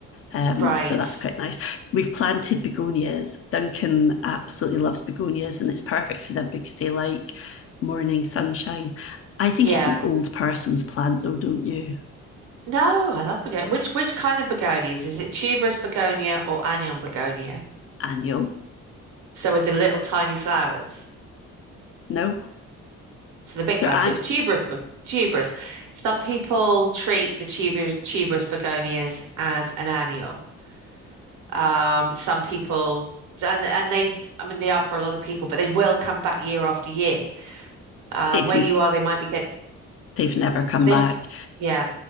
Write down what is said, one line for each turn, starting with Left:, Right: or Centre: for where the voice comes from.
Left: Um,
Right: Right.
Left: so that's quite nice. We've planted begonias. Duncan absolutely loves begonias, and it's perfect for them because they like morning sunshine. I think
Right: Yeah.
Left: it's an old person's plant, though, don't you?
Right: No, I love begonia. Which which kind of begonias? Is it tuberous begonia or annual begonia?
Left: Annual?
Right: So with the little tiny flowers.
Left: No,
Right: So the big
Left: there
Right: flowers.
Left: aren't.
Right: So it's tuberous, be- tuberous. Some people treat the tuber, tuberous begonias as an annual. Um, some people and and they I mean they are for a lot of people, but they will come back year after year. Um,
Left: They've
Right: where you are, they might be get
Left: they've never come
Right: they
Left: back.
Right: sh- yeah,